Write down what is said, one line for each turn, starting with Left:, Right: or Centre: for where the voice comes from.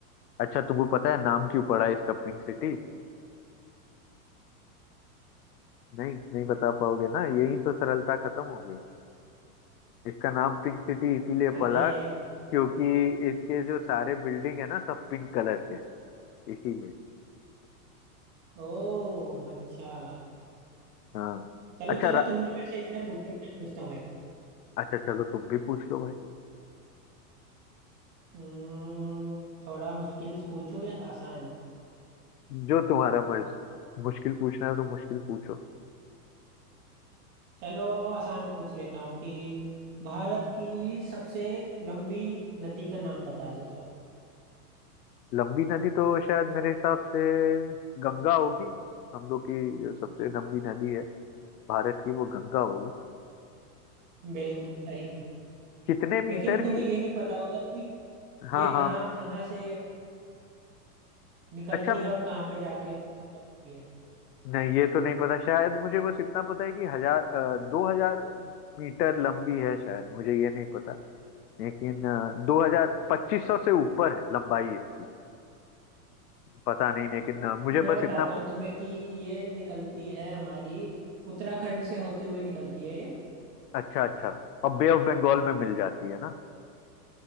Left: अच्छा तुमको पता है नाम क्यों पड़ा है इसका पिंक सिटी नहीं नहीं बता पाओगे ना यही तो सरलता खत्म हो गई इसका नाम पिंक सिटी इसीलिए
Right: अरे
Left: पड़ा क्योंकि इसके जो सारे बिल्डिंग है ना सब पिंक कलर के हैं इसीलिए
Right: ओ अच्छा
Left: हाँ
Right: चलो
Left: अच्छा
Right: चलो
Left: रा...
Right: तुमने मेरे से इतने पूछे मैं पूछता हूँ एक
Left: अच्छा चलो तुम भी पूछ लो भाई
Right: हम्म, थोड़ा मुश्किल पूछूं या आसान
Left: जो तुम्हारा मर्जी मुश्किल पूछना है तो मुश्किल पूछो
Right: चलो आसान पूछ लेता हूँ कि भारत की सबसे लंबी नदी का नाम बता दो चलो
Left: लंबी नदी तो शायद मेरे हिसाब से गंगा होगी हम लोग की जो सबसे लंबी नदी है भारत की वो गंगा होगी
Right: बिल्कुल सही
Left: कितने
Right: लेकिन
Left: मीटर
Right: तुम्हें
Left: की
Right: ये नहीं पता होगा कि
Left: हाँ
Right: ये
Left: हाँ
Right: कहाँ कहाँ से निकलती
Left: अच्छा
Right: है और कहाँ पे जाके खत्म होती है
Left: नहीं ये तो नहीं पता शायद मुझे बस इतना पता है कि हजार अ, दो हजार मीटर लंबी है शायद मुझे ये नहीं पता लेकिन अ, दो हजार पच्चीस सौ से ऊपर है लंबाई इसकी पता नहीं लेकिन अ, मुझे
Right: मैं
Left: बस
Right: बताता
Left: इतना प...
Right: हूँ तुम्हें कि ये निकलती है हमारी उत्तराखंड से होते हुए निकलती है ये
Left: अच्छा अच्छा और बे ऑफ बंगाल में मिल जाती है ना